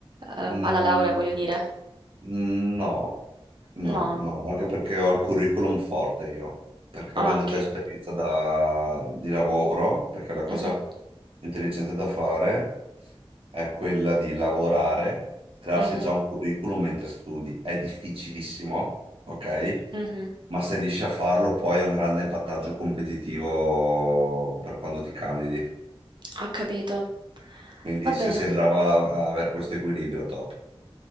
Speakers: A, on the right (about 50°); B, on the right (about 65°).
A: ehm,
B: Mm,
A: alla laurea, voglio dire.
B: no, no,
A: No,
B: no, anche perché ho il curriculum forte io, perché
A: Ah,
B: avendo
A: ok.
B: già esperienza da- di lavoro, perché la cosa
A: Mhm,
B: più intelligente da fare è quella di lavorare, crearsi
A: mhm,
B: già un curriculum mentre studi. È difficilissimo, ok?
A: mhm.
B: Ma se riesci a farlo poi è un grande vantaggio competitivo per quando ti candidi.
A: Ho capito.
B: Quindi
A: Va bene,
B: se sei brava a a avere questo equilibrio, top,